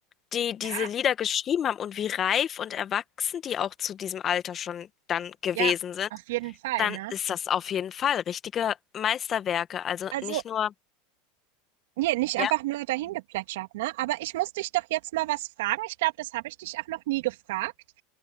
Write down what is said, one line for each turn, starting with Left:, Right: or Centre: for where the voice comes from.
Left: die
Right: Ja.
Left: diese Lieder geschrieben haben und wie reif und erwachsen die auch zu diesem Alter schon dann gewesen
Right: Ja,
Left: sind,
Right: auf jeden Fall,
Left: dann
Right: ne?
Left: ist das auf jeden Fall richtige Meisterwerke. Also
Right: Also,
Left: nicht nur,
Right: nee, nicht einfach
Left: ja,
Right: nur dahin geplätschert, ne? Aber ich muss dich doch jetzt mal was fragen. Ich glaube, das habe ich dich auch noch nie gefragt.